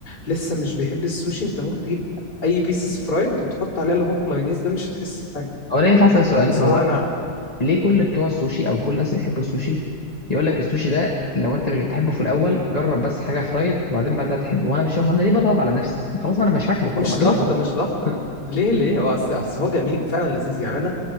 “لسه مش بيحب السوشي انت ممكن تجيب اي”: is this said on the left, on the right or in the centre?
Left